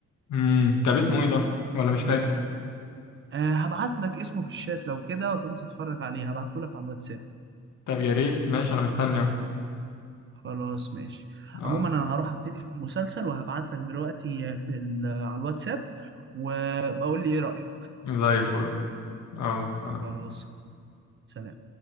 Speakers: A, on the left (about 75°); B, on the right (about 40°).
A: امم طب اسمه ايه ده ولا مش فاكر
B: أه هبعت لك اسمه في الشات لو كده وتقوم تتفرج عليه هبعته لك على الواتساب
A: طب يا ريت ماشي انا مستني اهو.
B: خلاص ماشي
A: اه
B: عموما انا هروح ابتدي في المسلسل وهبعت لك دلوقتي في ال- على الواتساب وبقول لي ايه رأيك
A: زي الفل يلا سلام
B: خلاص سلام